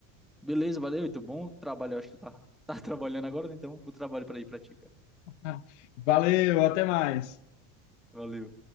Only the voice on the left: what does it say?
<laughs> Valeu, até mais.